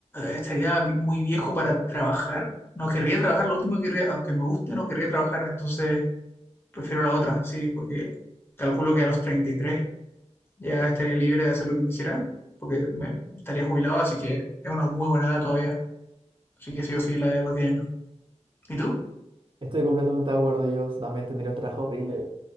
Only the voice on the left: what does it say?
estaría vi- muy viejo para trabajar. No querría trabajar, lo último que querría, aunque me guste, no querría trabajar, entonces prefiero la otra, sí, porque calculo que a los 33 ya estaría libre de hacer lo que quisiera, porque me estaría jubilado, así que es una muy buena edad todavía. Así que sí o sí, la de los 10 años. ¿Y tú?